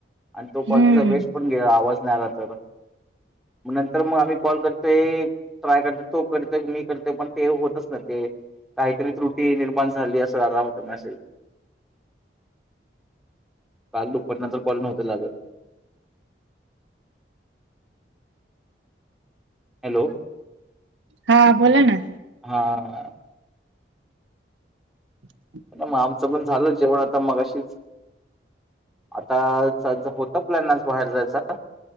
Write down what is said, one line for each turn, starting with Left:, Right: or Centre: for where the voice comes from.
Centre: आणि तो क्वालिटीचा
Right: हम्म
Centre: वेस्ट पण गे आवाज नाही राहता पण मग नंतर मग आम्ही कॉल करतोय ट्राय करत तो करत मी करते पण ते होतच ना ते काहीतरी त्रुटी निर्माण झाली असं आला होत नाे काल दुपटनंतर कॉल नव्हते लागत हॅलो
Right: हा बोला ना
Centre: हा
Right: ह
Centre: मग आमचं पण झालं जेवण आता मग अशीच आता होत प्लॅन आज बाहेर जायचा